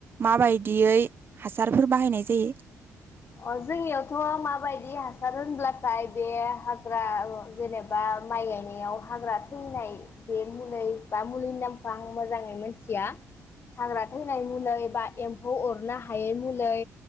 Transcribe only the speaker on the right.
माबायदियै हासारफोर बाहायनाय जायो?